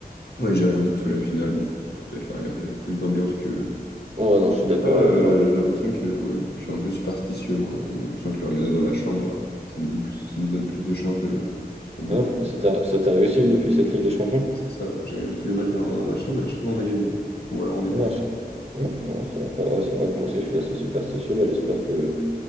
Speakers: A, on the left (about 75°); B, on the right (about 40°).
A: Ouais, j'irai comme ça parce que la finale, bon, faut, faut peut-être la regarder avec plus d'ambiance que.
B: Ouais, non, je suis d'accord
A: Ouais, euh,
B: avec toi.
A: j'ai l'impression que ouais, je suis un peu superstitieux, moi. Et j'ai l'impression que le regarder dans ma chambre, euh, ça me donne plus, ça nous donne plus de chances de le, de le
B: Ouais,
A: gagner.
B: pourquoi ça t'a ça t'a réussi depuis cette Ligue des Champions?
A: Ouais, c'est ça, ouais, J'ai regardé tous les matchs dans, dans ma chambre et à chaque fois on a gagné. Ou alors on est
B: Ouais,
A: passé.
B: je-
A: <laughs>
B: ok, non, ça va pas. Ouais, c'est vrai que moi aussi, je suis assez superstitieux. Bah, j'espère que,